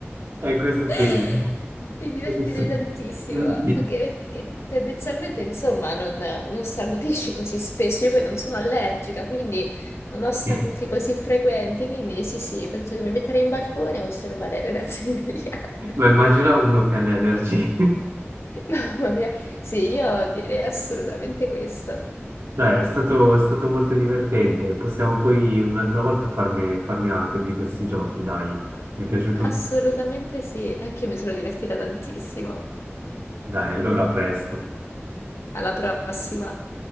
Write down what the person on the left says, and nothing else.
<laughs>
Mi divertirei
tantissimo,
anche perché tendenzialmente, insomma, non, non starnutisci così spesso. Io poi non sono allergica, quindi non ho starnuti
così frequenti. Quindi sì, sì, penso che mi metterei in balcone a osservare le reazioni degli altri.
<laughs> Mamma mia, sì, io direi assolutamente questo.
Assolutamente sì, anche io mi sono divertita tantissimo.
Alla prossima.